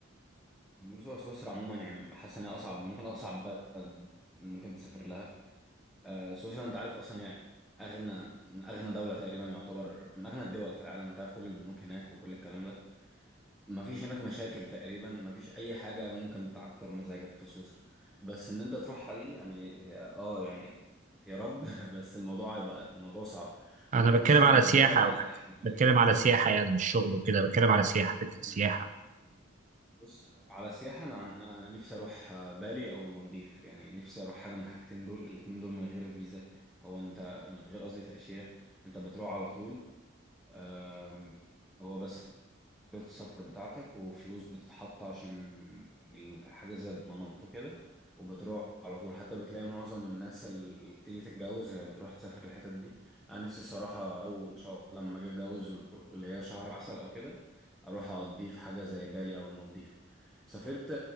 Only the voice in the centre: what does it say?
بص، هو سويسرا عموما يعني حاسس انها اصعب ممكن اصعب بلد ممكن تسافر لها آه، سويسرا انت عارف اصلا هي اغنى من اغنى دولة تقريبا يعتبر من اغنى الدول في العالم انت عارف كل البنوك هناك وكل الكلام ده مفيش هناك مشاكل تقريبا مفيش اي حاجه ممكن تعكر مزاجك في سويسرا بس ان انت تروحها دي يعني هي- اه يعني يا رب <laughs> بس الموضوع هيبقى الموضوع صعب
ممكن
مثلا
لو
دول
احتماليتي
مم. بص على سياحه انا عن- انا نفسي اروح آه، بالي او المالديف يعني نفسي اروح حاجه من الحاجتين دول الاتنين دول من غير فيزا هو انت من غير قصدي تاشيره انت بتروح على طول آم، هو بس السفر بتاعتك وفلوس بتتحط عشان حاجة زي ضمانات وكده وبتروح على طول حتى بتلاقي معظم الناس اللي بتيجي تتجوز هي بتروح تسافر الحتت دي أنا نفسي صراحة أو إن شاء الله لما أجي أتجوز و- واللي هي شهر عسل أو كده أروح أقضيه في حاجة زي بالي أو المالديف سافرت